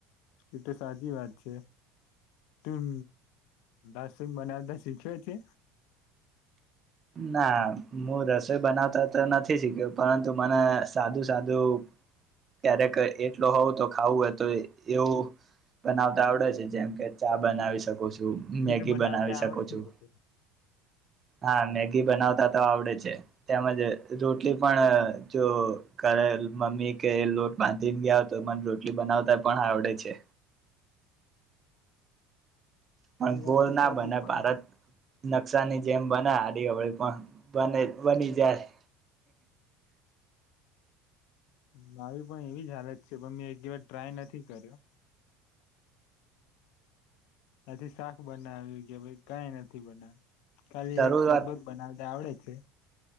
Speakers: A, on the left (about 70°); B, on the right (about 30°).
A: એતો સાચી વાત છે, તું રસોઈ બનાવતા શીખ્યો છે?
B: ના હું રસોઈ બનાવતા તો નથી શીખ્યો પરંતુ મને સાદું સાદું ક્યારેક એટલો હોવું તો ખાવું હોય તો એવું બનાવતા આવડે છે જેમ કે ચા બનાવી શકો છું, મેગી
A: તો બનાવતા
B: બનાવી શકો
A: આવડતી
B: છું.
A: હશે.
B: હા મેગી બનાવતા તો આવડે છે તેમજ રોટલી પણ જો ઘરે મમ્મી કે લોટ બાંધીને ગયા તો મને રોટલી બનાવતા પણ આવડે છે. પણ
A: એ
B: ગોલ
A: વાત તો
B: ના
A: સાચી
B: બને
A: પણ
B: ભારત નકશાની જેમ બને આડી અવળી પણ બને બની જાય.
A: મારી પણ એવી જ હાલત છે પણ મે એ જી વાર ટ્રાય નથી કર્યો. આથી શાક બનાવી ગયા પહી કાઈ નથી બનાવ ખાલી
B: શરૂઆત
A: એક સરબત બનાવતા આવડે. છે.